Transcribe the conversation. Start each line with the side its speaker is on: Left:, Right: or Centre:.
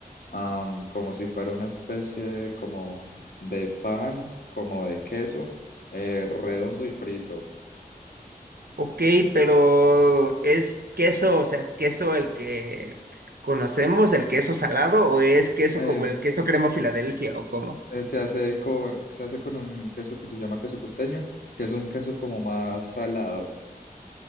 Left: am, como si fuera una especie de, como de pan, como de queso, eh, redondo y frito.
Right: Ok, pero ¿es queso, o sea, queso el que conocemos, el queso salado, o es queso
Left: Eh,
Right: como el queso crema Filadelfia o cómo?
Left: Eh, se hace con, se hace con un queso que se llama queso costeño, que es un queso como más salado.